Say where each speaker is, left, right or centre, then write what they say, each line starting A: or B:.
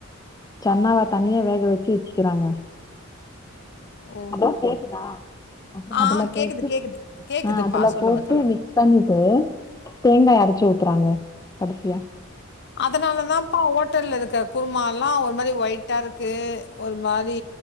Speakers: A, on the left (about 15°); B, on the left (about 55°).
A: சென்னாவ தனியா வேக வச்சி வச்க்கிறாங்க
B: ஓஹோ!
A: ஹலோ கேக்குதா அப்றோ
B: ஆ
A: அதுல
B: கேக்குது,
A: போட்டு
B: கேக்குது. கேக்குதுப்பா.
A: ஆ அதுல
B: சொல்லுங்க,
A: போ டு
B: சொல்லுங்க.
A: மிக்ஸ் பண்ணிட்டு தேங்கா அரச்சி ஊத்துறாங்க கடசியா
B: அதனால தாப்பா ஓட்டல்ல இருக்க குருமால்லா ஒரு மாதிரி ஒயிட்டாருக்கு ஒரு மாரி